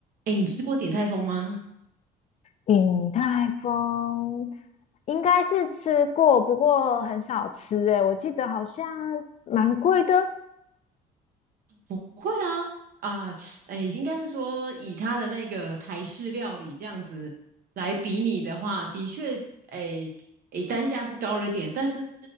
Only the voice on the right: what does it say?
哎，你吃过鼎泰丰吗？
不会啊，啊、哎，应该是说以他的那个台式料理这样子来比拟的话，的确，哎哎，单价是高了点，但是